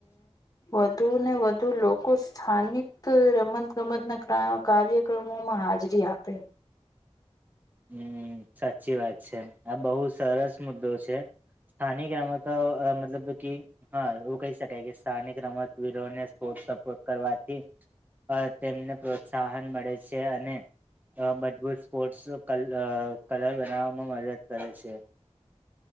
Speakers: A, on the left; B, on the right.
A: વધુ ને વધુ લોકો સ્થાનિક રમત ગમત ના કાર્ય ક્રમોમાં હાજરી આપે
B: હમ સાચી વાત છે આ બહુ સરસ મુદ્દો છે. સ્થાનિક રમતો તો મતલબ કે હા એવું કહી શકાય કે સ્થાનિક રમતવીરોને સ્પોર્ટ સપોર્ટ કરવાથી તેમને પ્રોત્સાહન મળે છે અને બધું સ્પોર્ટ્સ કલ કલર બનાવવામાં મદદ કરે છે.